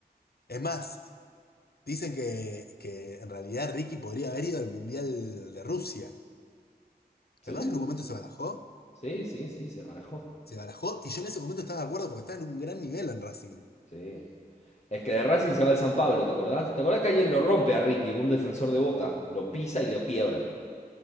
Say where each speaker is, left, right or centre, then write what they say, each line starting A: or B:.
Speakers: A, on the left; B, on the left.
A: es más, dicen que, que en realidad Ricky podría haber ido al Mundial de Rusia.
B: seguro.
A: ¿Te acuerdas que en un momento se barajó?
B: Sí, sí, sí, se barajó.
A: Se barajó y yo en ese momento estaba de acuerdo porque estaba en un gran nivel en Racing.
B: Sí. Es que de Racing se va al San Pablo, ¿te acordás? ¿Te acordás que alguien lo rompe a Ricky, un defensor de Boca? Lo pisa y lo quiebra.